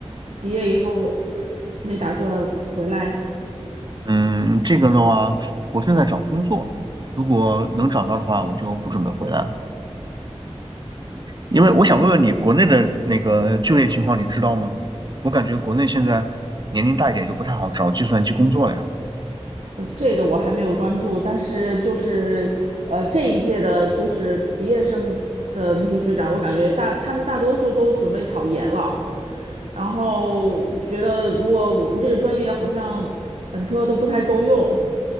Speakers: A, on the right; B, on the right.
A: 毕业以后没打算回来？
B: 嗯，这个的话，我正在找工作，如果能找到的话，我就不准备回来了。因为我想问问你，国内的那个就业情况你知道吗？我感觉国内现在年龄大一点就不太好找计算机工作了呀。
A: 呃这个我还没有关注，但是就是呃这一届的，就是毕业生的那些学长，我感觉大他们大多数都准备考研了，然后觉得如果我们这个专业好像本科都不太够用，